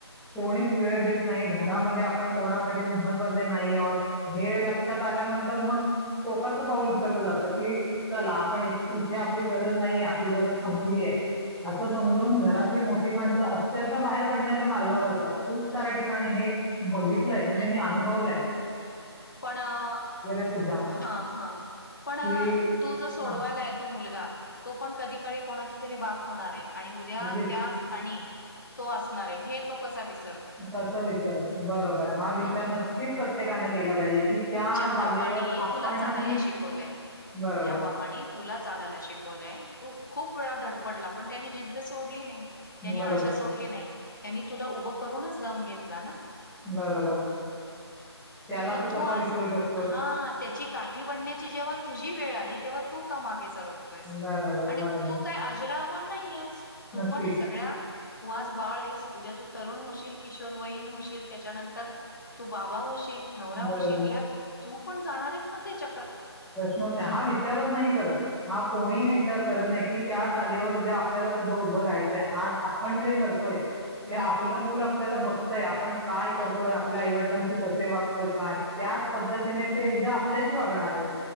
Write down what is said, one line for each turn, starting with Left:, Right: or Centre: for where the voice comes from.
Centre: कोणीच वेळ देत नाही. घरामध्ये आपण कोणासाठीच महत्त्वाचे नाही आहोत, हे लक्षात आ नंतर मग- टोकाचं पाऊल उचललं जातं की चला आपण इथे आपली गरज नाहीये आपली गरज संपलीय. असं समजून घरात- मोठी माणसं अक्षरशः बाहेर पडण्याच्या मार्गावर असतात. खूप साऱ्या ठिकाणी हे बघित- य म्हणजे
Left: हम्म
Centre: मी अनुभवलय.
Left: पण- हा
Centre: सुद्धा
Left: हा. पण-
Centre: की
Left: तो जो सोडवायला
Centre: हा
Left: येतो मुल- गा. तो पण कधी काळी कोणाचा तरी बाप होणार आहे आणि उद्या
Centre: अगदीच
Left: त्या स्थानी तो असणार आहे, हे तो कसा विस-
Centre: कस विसर बरोबर हा विचार
Left: हम्
Centre: नक्कीच प्रत्येकान केला- पाहिजे की त्या
Left: ज्या
Centre: जागेवर
Left: बापाने
Centre: आपणही-
Left: तुला चालायला शिकवलंय
Centre: बरोबर
Left: ज्या बापानी तुला चालायला शिकवलंय. - तू खूप वेळा धड पडला पण त्यांनी जिद्द सोडली नाही. त्यांनी आशा
Centre: बरोबर
Left: सोडली नाही. त्यांनी तुला उभं करूनच दम घेतला ना?
Centre: बरोबर. त्याला
Left: मग तू
Centre: कसा
Left: आज-
Centre: विसरू शकतोस
Left: हा -त्याची काठी बनण्याची जेव्हा तुझी वेळ आली तेव्हा- तू का मागे सरकतोयस?
Centre: बरोबर
Left: आणि
Centre: बरोबर
Left: तू काय आजरा- मर नाहीयेस. तू
Centre: नक्कीच
Left: पण सगळ्या- तू आज बाळ आहेस. उद्या तू तरुण होशील. किशोर वयीन होशील त्याच्यानंतर- तू बाबा होशील, नवरा होशील
Centre: बरोबर
Left: यात तू पण जाणार आहेस ना त्या च-
Centre: प्रश्नच नाही. हा विचारच नाही करत. हा कोणीही विचार करत नाही की त्या जागेवर
Left: हम्म
Centre: उद्या- ल्याला सुद्धा उभं राहायचंय. आज आपण
Left: हो
Centre: जे करतोय ते
Left: हम्म
Centre: आपलं मूल आपल्याला बघतय. आपण- काय करतोय?
Left: हम्म
Centre: आपल्या आईवडिलांशी
Left: हो
Centre: कसे वागतोय काय? त्याच
Left: हम्म.
Centre: पद्धतीने- ते उद्या आपल्याशी वागणार आहेत.